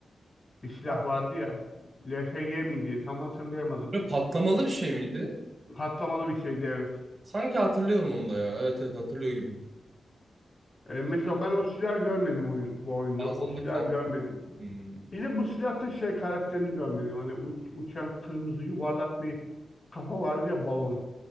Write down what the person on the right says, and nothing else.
Ha.
Böyle patlamalı bir şey miydi?
Sanki hatırlıyorum onu da ya. Evet evet hatırlıyor gibiyim.
Ağzımda
kaldı.
Hmm.